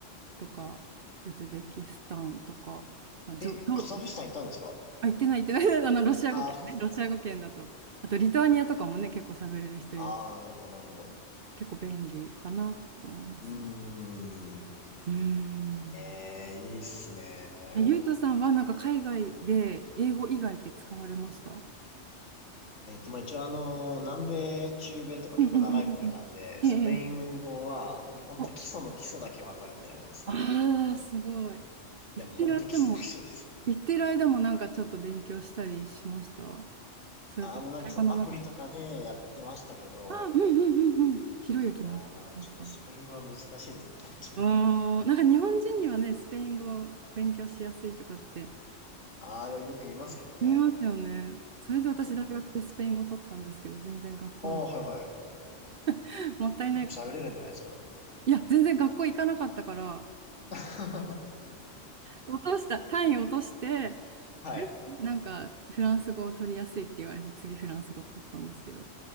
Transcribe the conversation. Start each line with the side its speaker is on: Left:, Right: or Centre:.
Right: とか、ウズベキスタンとか、まあ、じょ、
Left: え、
Right: じょ、
Left: カザフスタン行ったんですか
Right: あ、言ってない、言ってない、<laughs> あの、ロシア語圏ね、
Left: あー
Right: ロシア語圏だと。あと、リトアニアとかもね、結構喋れる人いるし、
Left: <laughs> あー、なるほど、なるほど。
Right: 結構便利かなと思います。
Left: うーん。
Right: うーん。
Left: ええ、いいっすね。
Right: ゆうとさんは、なんか海外で英語以外って使われました
Left: えっと、まあ、一応あの、南米、中米とか結構長いこといたんで、
Right: うんうんうんうんうん。
Left: スペイン語は、
Right: ええ。え
Left: もうほんと基礎の基礎だけわかるみたいな感じですね。
Right: えああ、すごい。行ってる間も、
Left: いや、もうほんと基礎の基礎です。
Right: 行ってる間もなんかちょっと勉強したりしましたそれとも会話の中か
Left: ああ、もうなんかそのアプリとかでやってましたけど、
Right: らあ、うんうんうんうん。ひろゆきもねいましたよね。
Left: いやー、ちょっとスペイン語は難しいですね、本当に。
Right: ああ、なんか日本人にはね、スペイン語を勉強しやすいとかって
Left: ああ、よく言いますけどね。
Right: 言いますよね。それで私大学でスペイン語取ったんですけど、
Left: ちょっと僕、
Right: 全然学校に。
Left: ああ、はいはい。
Right: <laughs> もったいない。
Left: 結構喋れるんじゃないですか。
Right: いや、全然学校行かなかったから、
Left: <laughs>
Right: 落とした、単位落として、
Left: はい。
Right: で、なんかフランス語を取りやすいって言われて、次フランス語取ったんですけど。